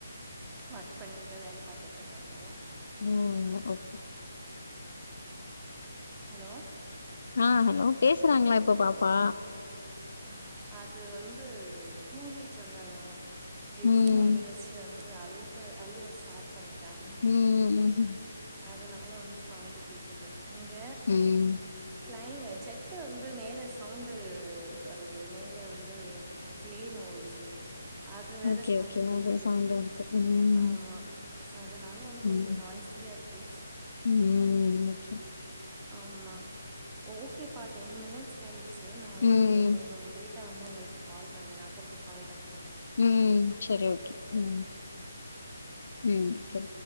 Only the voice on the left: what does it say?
உம் ஓகே
ஆ ஹலோ பேசறாங்களா இப்போ பாப்பா
ம்
உம் உம் உம் உம்
ம்
ஓகே
ஓகே
அது சவுண்டா இருக்கு. ம்
ம்.
ம் ம்ம் ஓகே
ம்.
ம் செரி ஓகே ம் ம் ஓகே